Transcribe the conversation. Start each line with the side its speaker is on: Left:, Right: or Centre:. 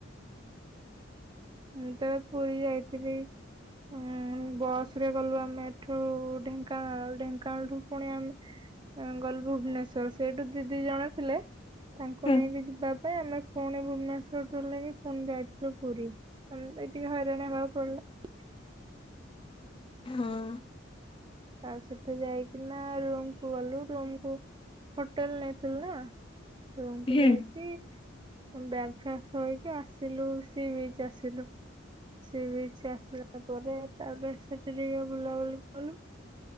Right: ମୁଁ ତ ପୁରୀ ଯାଇଥିଲି ଉଁ ବସ ରେ ଗଲୁ ଆମେ ଏଠୁ ଢେଙ୍କାନାଳ ଢେଙ୍କାନାଳଠୁ ପୁଣି ଆମେ ଗଲୁ ଭୁବନେଶ୍ଵର ସେଠୁ ଦିଦି ଜଣେ ଥିଲେ ତାଙ୍କୁ
Left: ହୁଁ
Right: ନେଇକି ଯିବା ଭାଇ ଆମେ ପୁଣି ଭୁବନେଶ୍ୱର ବୁଲିକି ପୁଣି ଯାଇଥିଲୁ ପୁରୀ। ଏଇ ଟିକେ ହଇରାଣ ହବାକୁ ପଡିଲା।
Left: ହଁ
Right: ତା ସହିତ ଯାଇକିନା ରୁମକୁୁ ଗଲୁ ରୁମରୁ ହୋଟେଲ ନେଇଥିଲୁ ନା। ରୁମକୁ
Left: ହୁଁ
Right: ଯାଇକି ବ୍ୟାଗ ଫ୍ୟାଗ ଥୋଇକି ଆସିଲୁ ସି ବିଚ୍ ଆସିଲୁ ସି ବିଚ ଆସିଲା ପରେ ତାପରେ ସେଠି ଟିକେ ବୁଲାବୁଲି କଲୁ।